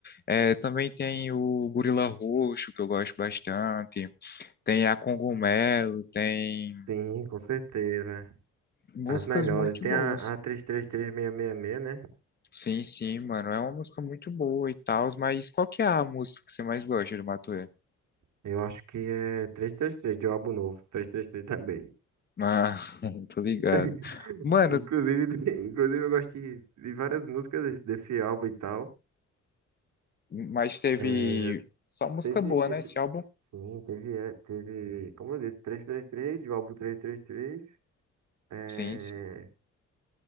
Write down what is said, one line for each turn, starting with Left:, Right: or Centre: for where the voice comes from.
Left: É, também tem o Gorila Roxo, que eu gosto bastante. Tem a Cogumelo, tem
Right: Sim, com certeza.
Left: músicas
Right: As melhores.
Left: muito
Right: Tem
Left: boas.
Right: a, a 333666, né?
Left: Sim, sim, mano. É uma música muito boa e tal, mas qual que é a música que você mais gosta do Matuê?
Right: Eu acho que é 333 de um álbum novo. 333 também.
Left: Ah, <laughs> tô ligado.
Right: <laughs>
Left: Mano,
Right: Inclusive, <laughs> inclusive eu gosto de, de várias músicas desse álbum e tal.
Left: mas teve
Right: É,
Left: só música
Right: teve,
Left: boa,
Right: teve,
Left: né, esse álbum?
Right: sim, teve, é, teve, como eu disse, 333, de um álbum 333. É,
Left: Sim, sim.